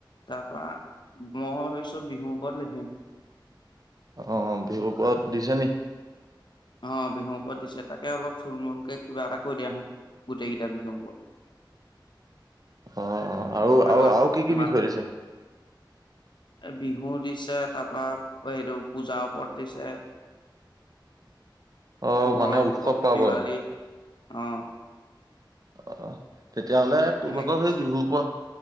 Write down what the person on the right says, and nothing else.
আহ বিহুৰ পৰত দিছ নি?
অ-অ। অঁ
আৰু-আৰু কি-কি
বিশই দিছে?
অ',
মানে
পাৰ্বন
অঁ। তেতিয়াহ'লে তো
ভাগৰ
সেই বিহুৰ পৰা,